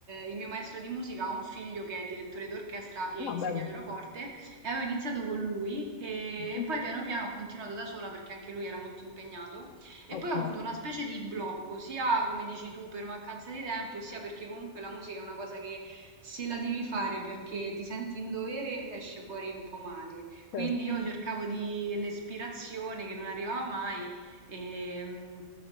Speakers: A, on the right; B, on the left.
A: il mio maestro di musica ha un figlio che è direttore d'orchestra e
B: No,
A: insegna
B: bello.
A: pianoforte e avevo iniziato con lui, ehm,
B: Mhm.
A: poi piano piano ho continuato da sola perché anche lui era molto impegnato e
B: Ok,
A: poi ho avuto una specie di blocco, sia come dici tu per mancanza di tempo e sia perché comunque la musica è una cosa che se la devi fare perché ti senti in dovere esce fuori un po' male. Quindi
B: certo.
A: io cercavo di l'ispirazione che non arrivava mai e, mm,